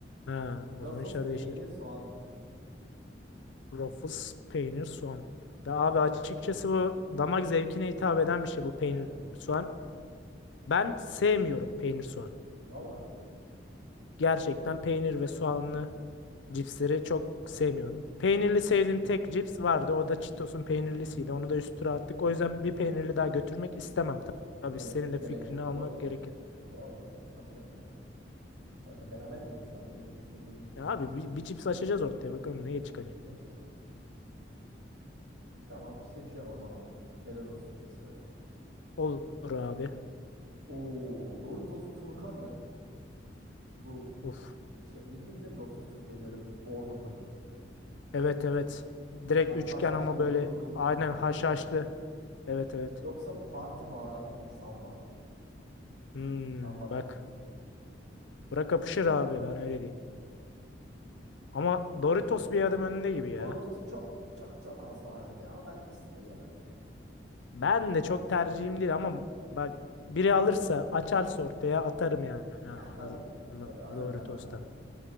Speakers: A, on the left; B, on the right.
A: Ha,
B: Ruffles
A: o zaman işler
B: peynir
A: değişir.
B: soğan mı?
A: Ruffles, peynir, soğan. Ya abi açıkçası bu damak zevkine hitap eden bir şey bu
B: Ya
A: peynir
B: bence de.
A: soğan. Ben sevmiyorum peynir soğan.
B: Valla
A: Gerçekten peynir ve soğanlı cipsleri çok sevmiyorum. Peynirli sevdiğim tek cips vardı. O da Cheetos'un peynirlisiydi. Onu da üstüne attık.
B: Hmm.
A: O yüzden bir peynirli daha götürmek istemem. Tabii
B: gerek
A: senin de
B: gerek
A: fikrini
B: yok.
A: almak
B: Doğru diyorsun.
A: gerekir.
B: Doğru diyorsun. Katılıyorum sana. Sarko beraber yiyeceğiz ama o yüzden senin dediğin gibi
A: Ya
B: ben-
A: abi bir, bir cips açacağız ortaya. Bakalım ne çıkacak.
B: ne çıkacak? Tamam seçiyorum o zaman. Çerezos süt mısırı.
A: Olur abi.
B: Oo Doritos Turka mı? Bu
A: Of.
B: şey bildim değil mi Doritos Turka'yı böyle bordo paket.
A: Evet evet.
B: Haşa,
A: Direkt üçgen
B: haşhaşlı
A: ama
B: ve
A: böyle
B: kurutulmuş
A: aynen
B: böyle.
A: haşhaşlı. Evet evet.
B: Yoksa parti baharatlı mı samba?
A: Hmm,
B: Samba taco.
A: bak. Bura kapışır abi ben öyle diyeyim. Ama Doritos bir adım önünde gibi ya.
B: Doritos çok çok çok az daha önde ama ben ikisini de yemem yani.
A: Ben de çok tercihim değil ama bak biri alırsa açarsa ortaya atarım yani
B: Yani tabii
A: ağzıma
B: canım. Tabii atarım
A: Doritos'tan.
B: ben de atarım.